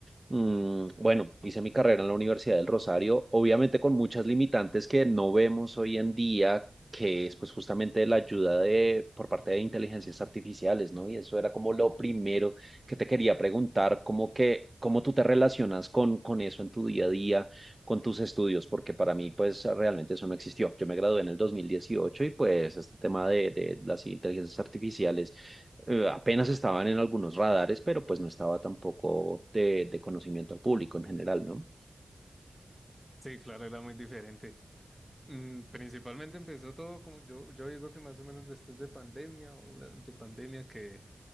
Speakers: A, on the right; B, in the centre.
A: Mm, bueno, hice mi carrera en la Universidad del Rosario, obviamente con muchas limitantes que no vemos hoy en día, que es pues justamente la ayuda de por parte de inteligencias artificiales, ¿no? Y eso era como lo primero que te quería preguntar, como que cómo tú te relacionas con con eso en tu día a día, con tus estudios, porque para mí pues realmente eso no existió. Yo me gradué en el 2018 y pues este tema de de las inteligencias artificiales eh, apenas estaban en algunos radares, pero pues no estaba tampoco de, de conocimiento al público en general, ¿no?
B: Sí, claro, era muy diferente. Mm, Principalmente empezó todo como yo, yo digo que más o menos después de pandemia o durante pandemia que